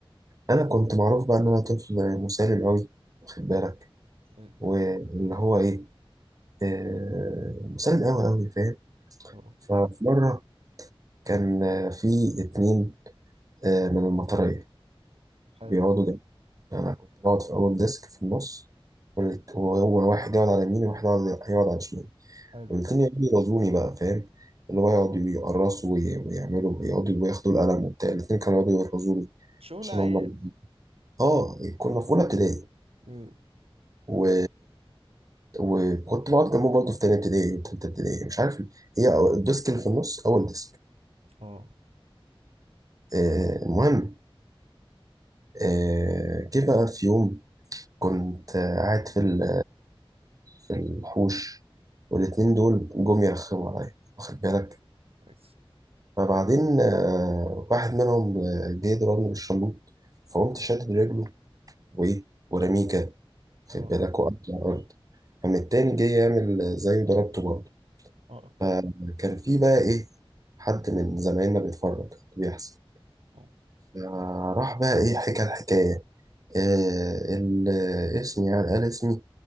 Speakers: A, on the right (about 40°); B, on the right (about 85°).
A: أنا كنت معروف بقى إن أنا طفل مسالم أوي واخد بالك
B: اه ايوه
A: واللي هو إيه آه مسالم أوي أوي فاهم
B: اه
A: ففي مرة كان آه، في اتنين آه من المطرية
B: حلو
A: بيقعدوا يعني أنا كنت بقعد في أول ديسك في النص والت- وهو واحد يقعد على يميني وواحد يقعد يقعد على شمالي
B: حلو
A: والاتنين يقعدوا يرازوني بقى فاهم اللي هو يقعدوا يقرصوا وي- ويعملوا ويقعدوا وياخدوا القلم وبتاع الاتنين كانوا يقعدوا يرازوني
B: شغل
A: عشان
B: عيال
A: هم اه كنا في أولى ابتدائي
B: مم.
A: و... وكنت بقعد جنبه برضه في تانية ابتدائي وتالتة ابتدائي مش عارف ليه. هي أو- الديسك اللي في النص أول ديسك
B: اه
A: آه المهم آه جه بقى في يوم كنت آه، قاعد في ال في الحوش والاتنين دول جم يرخموا عليا واخد بالك
B: كويس
A: فبعدين آه، واحد منهم آه، جه ضربني بالشلوط فقمت شادد رجله وإيه ورميه كده واخد
B: اه
A: بالك وقعت على الأرض قام التاني جه يعمل زيه ضربته برضه
B: اه
A: فكان في بقى إيه حد من زمايلنا بيتفرج على اللي بيحصل
B: اه
A: آه، راح بقى إيه حكى الحكاية آه، ال- اسمي يعني قال اسمي